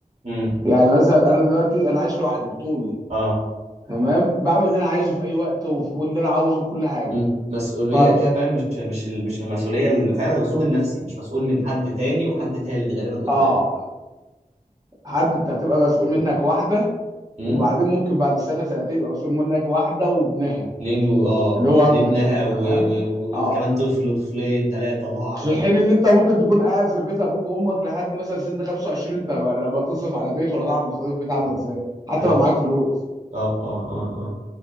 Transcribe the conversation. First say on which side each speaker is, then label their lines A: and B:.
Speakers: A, on the right (about 45°); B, on the right (about 25°).
A: امم
B: يعني مثلا انا دلوقتي انا عايش لوحدي بطولي
A: اه
B: تمام بعمل اللي انا عايزه في اي وقت واللي انا عاوزه كل حاجة
A: امم مسؤوليه
B: طيب
A: كده فاهم مش مش ال- مش المسؤوليه اللي فاهم انا مسؤول من نفسي مش مسؤول من حد تاني وحد تالت غالبا قدام
B: اه حد انت هتبقى مسؤول منك واحدة
A: اه
B: وبعدين ممكن بعد سنة سنتين يبقى مسؤول منك واحدة وابنها
A: لانه اه
B: اللي
A: وكان
B: هو ابنك
A: ابنها
B: يعني
A: و-
B: تمام
A: و-
B: اه
A: وكمان طفل طفلين ثلاثه الله اعلم
B: في حين
A: بقى
B: ان انت ممكن تكون قاعد في بيت ابوك وامك لحد مثلا سن 25 انت لما تصرف على بيت ولا تعرف مصاريف بيت عامله
A: اه
B: ازاي حتى
A: ايوه
B: لو معاك فلوس
A: اه اه اه اه